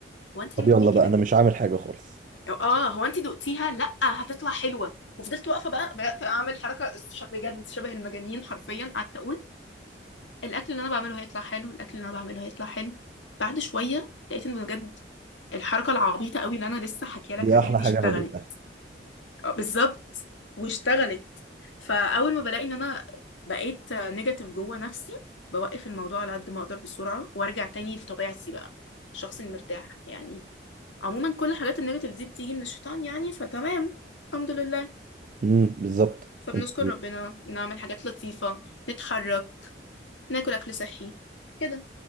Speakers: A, on the left; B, on the right.
A: هو انت
B: طب
A: ليه بتقولي
B: يلا
A: كده
B: بقى انا مش عامل حاجة خالص
A: أو اه هو انت دقتيها لا هتطلع حلوة وفضلت واقفة بقى بدأت اعمل حركة ش- بجد شبه المجانين حرفيا قعدت اقول الاكل اللي انا بعمله هيطلع حلو الاكل اللي انا بعمله هيطلع حلو بعد شوية لقيت ان بجد الحركة العبيطة قوي اللي انا لسه حكيالك
B: دي
A: عليها
B: احلى
A: دي
B: حاجة
A: اشتغلت
B: انا دوقتها
A: آه، بالظبط واشتغلت فاول ما بلاقي ان انا بقيت نيجاتيف جوه نفسي بوقف الموضوع على قد ما اقدر بسرعه وارجع تاني لطبيعتي بقى الشخص المرتاح يعني عموما كل حالات النيجاتيف دي بتيجي من الشيطان يعني فتمام الحمد لله
B: امم بالظبط
A: فبنشكر
B: انت
A: ربنا نعمل حاجات لطيفه نتحرك ناكل اكل صحي كده